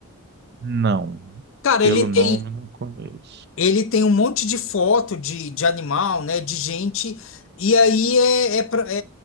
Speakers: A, on the right; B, on the left.
A: Não,
B: Cara,
A: pelo
B: ele tem,
A: nome não conheço.
B: Ele tem um monte de foto de, de animal, né, de gente, e aí é, é, pra- é,